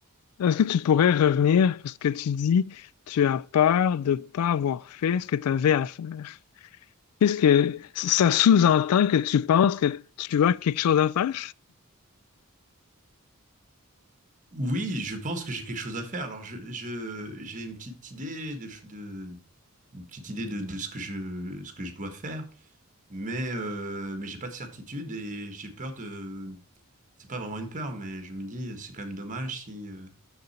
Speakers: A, on the left (about 85°); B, on the right (about 35°).
A: est-ce que tu pourrais revenir, parce que tu dis, tu as peur de pas avoir fait ce que tu avais à faire. Qu'est-ce que ça sous-entend que tu penses que tu as quelque chose à faire?
B: Oui, je pense que j'ai quelque chose à faire. Alors, je, je, j'ai une petite idée de, de une petite idée de, de ce que je, ce que je dois faire, mais euh, mais j'ai pas de certitude et j'ai peur de. C'est pas vraiment une peur, mais je me dis c'est quand même dommage si euh,